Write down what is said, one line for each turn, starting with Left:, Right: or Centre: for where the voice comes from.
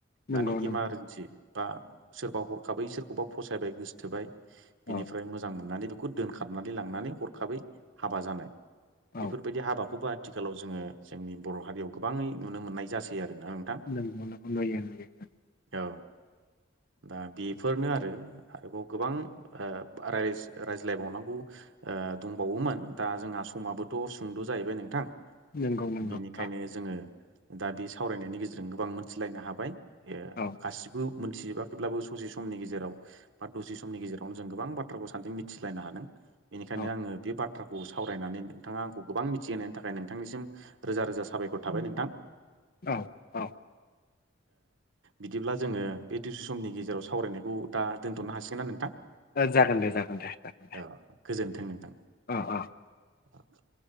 Left: नंगौ
Right: मानि
Left: नंगौ
Right: इमारजेन्सि बा सोरबा हरखाबाय सोरखौबा फसायबाय गोसथोबाय बिनिफ्राय
Left: औ
Right: मोजां मोननानैबो बेखौ दोनखाबनानै लांनानै हरखाबै हाबा जानाय
Left: औ
Right: बेफोरबायदि हाबाखौबो आथिखालाव जोङो जोंनि बर' हारियाव गोबाङै नुनो मोननाय जासै आरोना
Left: <inaudible>
Right: औ दा बेफोरनो आरो आरोबाव गोबां <unintelligible> रायज्लायबावनांगौ दंबावोमोन दा जोंहा समाबोथ' सुंद' जाहैबाय नोंथां
Left: नंगौ नंगौ
Right: बेनिखायनो
Left: औ
Right: जोङो दा बे सावरायनायनि गेजेरजों गोबां मोनथिलायनो हाबाय
Left: औ
Right: गासिबो मोनथिजोबाखैब्लाबो ससे समनि गेजेराव बा दसे समनि गेजेरावनो गोबां बाथ्राखौ सानैजों मिथिलायनो हादों बेनिखायनो
Left: औ
Right: आङो बे बाथ्राखौ सावरायनानै नोंथाङा आंखौ गोबां मिथिहोनायनि थाखाय नोंथांनिसिम रोजा रोजा साबायखर थाबाय नोंथां
Left: औ औ
Right: बिदिब्ला जोङो बे दसे समनि गेजेराव सावरायनायखौ दा दोनथ'नो हासिगोनना नोंथां
Left: जागोन दे जागोन दे जागोन दे।
Right: औ गोजोन्थों नोंथां।
Left: आ-आ
Right: <inaudible>